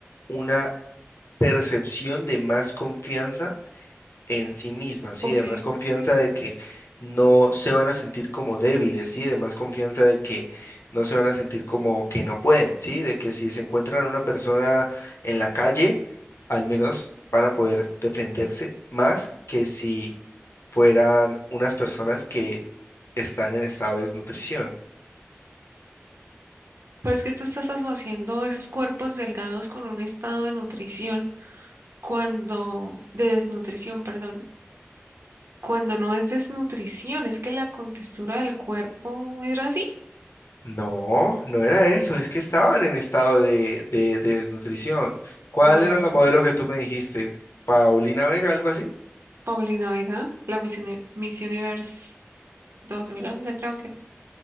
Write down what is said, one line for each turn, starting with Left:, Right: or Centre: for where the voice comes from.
Left: una percepción de más confianza en sí misma, ¿sí?
Right: ¿ok?
Left: De más confianza de que no se van a sentir como débiles, ¿sí? De más confianza de que no se van a sentir como que no pueden, ¿sí? De que si se encuentran a una persona en la calle, al menos van a poder defenderse más que si fueran unas personas que están en estado de desnutrición.
Right: Pero es que tú estás asociando esos cuerpos delgados con un estado de nutrición cuando, de desnutrición, perdón, cuando no es desnutrición, es que la contextura del cuerpo era así.
Left: No, no era eso, es que estaban en estado de, de- de desnutrición. ¿Cuál
Right: No,
Left: era la modelo que tú me dijiste? ¿Paulina Vega, algo así?
Right: Paulina Vega, la Miss, Uni- Miss Universe 2011, creo que